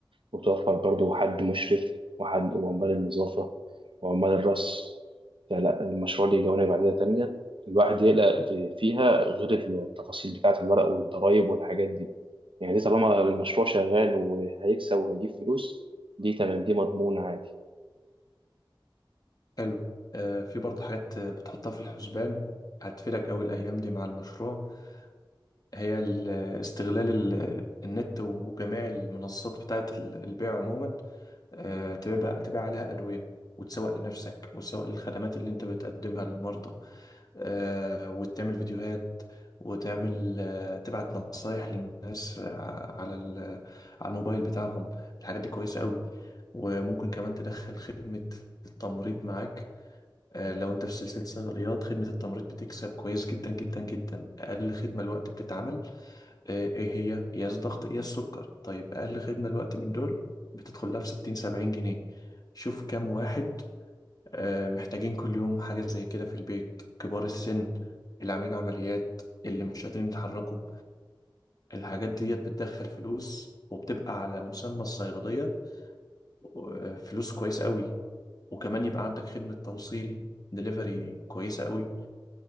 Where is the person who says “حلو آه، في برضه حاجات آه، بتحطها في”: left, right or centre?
Left